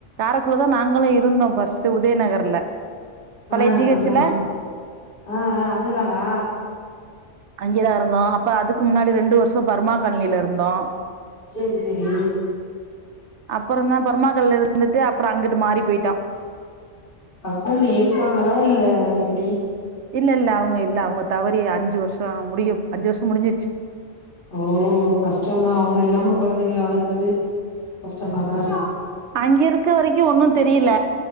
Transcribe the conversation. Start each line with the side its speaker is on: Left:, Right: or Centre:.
Right: ரக்குள்ளதா நாங்களு இருந்தோ ஃபர்ஸ்ட்டு உதயநகர்ல பழைய
Left: ஆ
Right: ஜி
Left: கொஞ்சமா
Right: ஹெச் ல
Left: ஆ ஆ அங்கதானா
Right: அங்கேதா இருந்தோ அப்ப அதுக்கு முன்னாடி ரெண்டு வருஷோ பர்மா காலனில இருந்தோ
Left: சேரி செரி
Right: அப்புறந்தா பெர்மா காலனில இருந்துட்டு அப்புற அங்கிட்டு மாறி போயிட்டோ
Left: ஹஸ்பண்ட் இருக்காங்களா இல்ல எப்படி
Right: இல்ல இல்ல அவங்க இல்ல அவங்க தவறி அஞ்சு வருஷ முடியு அஞ்சு வருஷ முடிஞ்சிருச்சு
Left: ஓ கஷ்டந்தா அவங்க இல்லாம கொழந்தைங்கள வளக்கறது கஷ்டமாதா இருக்கு
Right: அங்க இருக்க வரைக்கு ஒன்னு தெரியல